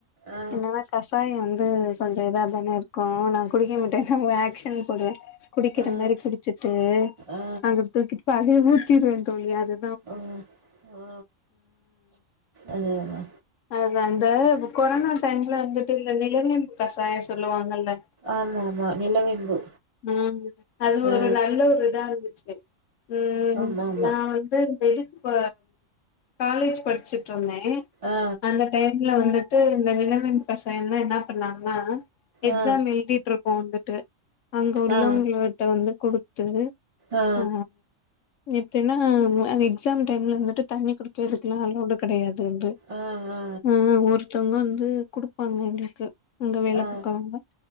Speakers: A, on the right; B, on the left.
A: ஆ
B: என்னன்னா கசாயோ வந்து கொஞ்சோ இதா தானே இருக்கு நா குடிக்க மாட்டேன்னா ஒரு ஆக்ஷன் போடுவே குடிக்கிற
A: ஆ
B: மாரி குடிச்சிட்டு
A: ஆ
B: அங்க தூக்கிட்டு போய் அதயு ஊத்திருவே தோழி அது
A: அ அ அதேதா
B: அ அந்த கொரோனா டைம்ல வந்துட்டு இந்த நில வேம்பு கசாயோ சொல்லுவாங்கல்ல
A: ஆமா ஆமா நிலவேம்பு
B: ம் அது
A: ஆ
B: ஒரு நல்ல ஒரு இதா இருந்துச்சு ம்
A: ஆமா ஆமா
B: நா து மெடு இப்ப காலேஜ் படிச்சிட்ருந்தே
A: ஆ
B: அந்த டைம் ல வந்துட்டு இந்த நில வேம்பு கசாயோம்னா என்ன பண்ணங்னா எக்ஸாம்
A: ஆ
B: எழுதிட்ருக் போந்துட்டு அங்க உள்ளவங்ளகிட்ட
A: ஆ ஆ
B: வந்து குடுத்து
A: ஆ
B: அ எப்டின்னா எக்ஸாம் டைம்ல வந்துட்டு தண்ணி குடி கேக்குக்லா அளௌடு கெடயாது வந்து
A: ஆ ஆ ஆ
B: அ ஒருத்தவங்க வந்து குடுப்பாங்க எங்ளுக்கு அங்க வேல
A: ஆ
B: பாக்ரவங்க